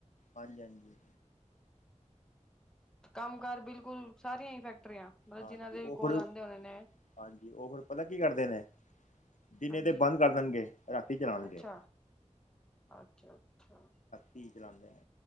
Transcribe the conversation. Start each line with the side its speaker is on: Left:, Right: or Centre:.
Left: ਹਾਂਜੀ-ਹਾਂਜੀ।
Centre: ਕੰਮ-ਕਾਰ ਬਿਲਕੁੱਲ, ਸਾਰੀਆਂ ਹੀ ਫੈਕਟਰੀਆਂ। ਮਤਲਬ
Left: ਹਾਂਜੀ
Centre: ਜਿਨਾਂ ਦੇ
Left: ਉਹ
Centre: ਵੀ
Left: ਫਿਰ,
Centre: ਕੋਲ ਆਉਂਦੇ ਹੋਣੇ ਨੇ
Left: ਹਾਂਜੀ, ਉਹ ਫਿਰ, ਪਤਾ ਕੀ ਕਰਦੇ ਨੇ। ਦਿਨੇ
Centre: ਹਾਂਜੀ
Left: ਤੇ ਬੰਦ ਕਰ ਦੇਣਗੇ, ਰਾਤੀ ਚਲਾਣਗੇ।
Centre: ਅੱਛਾ ਅੱਛਾ ਅੱਛਾ
Left: ਕੀ ਚਲਾਂਦੇ ਨੇ?